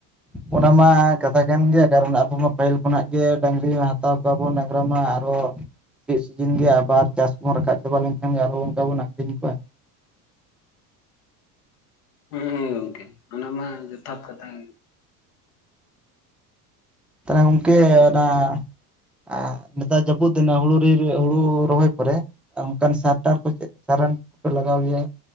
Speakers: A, in the centre; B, on the left (about 70°).
A: ᱚᱱᱟ ᱢᱟ ᱠᱟᱛᱷᱟ ᱠᱟᱱ ᱜᱮ ᱠᱟᱨᱚᱱ ᱟᱵᱚ ᱢᱟ ᱯᱟᱹᱦᱤᱞ ᱠᱷᱚᱱᱟᱜ ᱜᱮ ᱰᱟᱹᱝᱨᱤ ᱢᱟ ᱦᱟᱛᱟᱣ ᱠᱚᱣᱟ ᱵᱚᱱ ᱰᱟᱝᱨᱟ ᱢᱟ ᱟᱨᱚ ᱠᱤᱪᱷᱩ ᱫᱤᱱᱜᱮ ᱜᱮ ᱟᱵᱟᱨ ᱪᱟᱥ ᱠᱚᱦᱚᱸ ᱨᱟᱠᱟᱵ ᱪᱟᱵᱟ ᱞᱮᱱᱠᱷᱟᱱ ᱜᱮ ᱟᱨᱚ ᱚᱱᱠᱟ ᱵᱚᱱ ᱟᱠᱷᱨᱤᱧ ᱠᱚᱣᱟ᱾
B: ᱦᱮᱸ, ᱜᱚᱝᱠᱮ ᱚᱱᱟ ᱢᱟ ᱡᱚᱛᱷᱟᱛ ᱠᱟᱛᱷᱟ ᱜᱮ᱾
A: ᱛᱟᱦᱚᱞᱮ ᱜᱚᱝᱠᱮ ᱚᱱᱟ ᱟᱨ ᱱᱮᱛᱟᱨ ᱡᱟᱹᱯᱩᱫ ᱫᱤᱱᱟ ᱦᱩᱲᱩ ᱦᱩᱲᱩ ᱨᱚᱦᱚᱭ ᱯᱚᱨᱮ ᱚᱱᱠᱟᱱ ᱥᱟᱨ ᱴᱟᱨ ᱠᱚ ᱪᱮᱫ ᱥᱟᱨ ᱮᱢ ᱠᱚᱯᱮ ᱞᱟᱜᱟᱣ ᱜᱮᱭᱟ